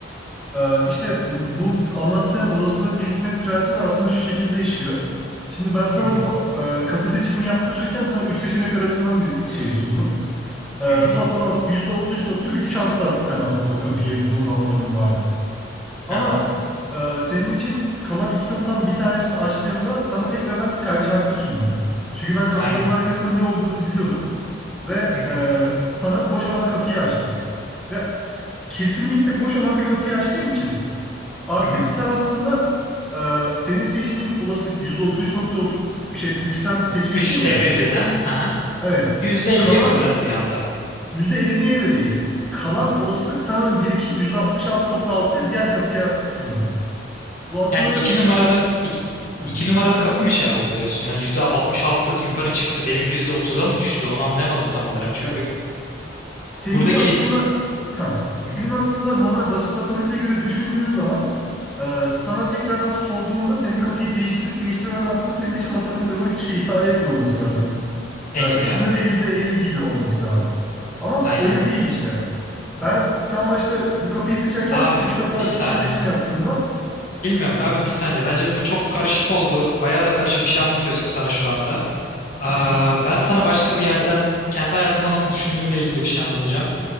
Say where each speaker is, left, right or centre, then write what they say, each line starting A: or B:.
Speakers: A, in the centre; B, on the left (about 45°).
A: Ee, işte bu anlattığım olasılığın birikme prensibi aslında şu şekilde işliyor. Şimdi ben sana
B: Hı hı.
A: bu e, kapı seçimini yaptırırken sana üç seçenek arasından bir şey sundum. Ee,
B: Hı hı.
A: toplam at- yüzde otuz üç nokta üç şansla sen aslında bu kapıyı bulma oranın vardı. Ama
B: Aha.
A: e, senin için kalan iki kapıdan bir tanesini açtığımda sana tekrardan bir tercih hakkı sundum. Çünkü ben kapıların
B: Aynen.
A: arkasında ne olduğunu biliyordum ve
B: Hı hı.
A: e, sana boş olan kapıyı açtım. Ve s- kesinlikle boş olan bir kapıyı açtığım için artık
B: Hı hı.
A: sen aslında e, senin seçtiğin olasılık yüzde otuz üç nokta üçten seçmiştin
B: 3
A: ya.
B: devirliden. Aha.
A: Evet.
B: %50'ye
A: Kalan
B: fırladı bir anda.
A: %50'ye de değil. Kalan olasılık tamamen birikip %66.6 ile diğer kapıya fırladı. Bu aslında
B: Yani iki numaralı iki,
A: Hı,
B: iki numaralı kapı mı şey oldu diyorsun? Yani %66 yukarı çıktı. Benimki %30'a mı düştü? Onu anlayamadım tam olarak. Çünkü
A: ya s- seninki
B: buradaki
A: aslında
B: risk
A: ha senin
B: Hı hı.
A: aslında normal basit matematiğe göre düşündüğün zaman e, sana tekrardan sorduğumda senin kapıyı değiştirip değiştirmemen aslında senin için matematiksel olarak hiçbir şey ifade etmiyor olması lazım.
B: etmiyor.
A: E, ikisinde de %50 gibi olması lazım. Ama
B: Aynen.
A: öyle değil işte. Ben sen başta bu kapıyı seçerken
B: Abi
A: 3 kapı arasından
B: bir saniye.
A: seçim yaptığından
B: Bilmiyorum be abi bir saniye. Bence bu çok karışık oldu. Bayağı da karışık bir şey anlatıyorsun sana şu anda. Aa,
A: <laughs>
B: ben sana başka bir yerden kendi hayatımda nasıl düşündüğümle ilgili bir şey anlatacağım.